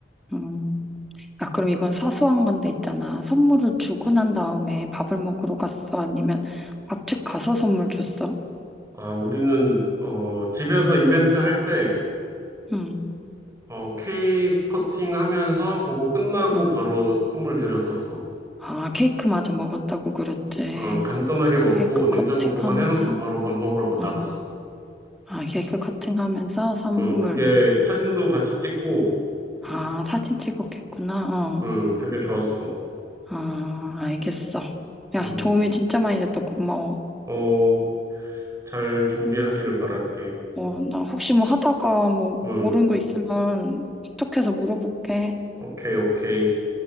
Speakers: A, in the centre; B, on the right.
A: 음, 야, 그럼 이건 사소한 건데 있잖아. 선물을 주고 난 다음에 밥을 먹으러 갔어? 아니면 밥집 가서 선물 줬어?
B: 아, 우리는 어, 집에서 이벤트 할 때
A: 응,
B: 어, 케이크 커팅 하면서 그거 끝나고
A: 응.
B: 바로 선물 드렸었어.
A: 아, 케이크마저 먹었다고 그랬지.
B: 어, 간단하게 먹고
A: 케이크
B: 냉장고
A: 커팅
B: 보관해놓고
A: 하면서?
B: 바로 밥 먹으러 나갔어.
A: 응. 아, 케이크 커팅 하면서 선물.
B: 응, 그게 사진도 같이 찍고 좀,
A: 아, 사진 찍었겠구나.
B: 응,
A: 어.
B: 되게 좋았어.
A: 아, 알겠어. 야,
B: 음,
A: 도움이 진짜 많이 됐다. 고마워.
B: 어, 잘 준비하기를 바랄게.
A: 어, 나 혹시 뭐 하다가 뭐
B: 음,
A: 모르는 거 있으면 카톡해서 물어볼게.
B: 오케이, 오케이.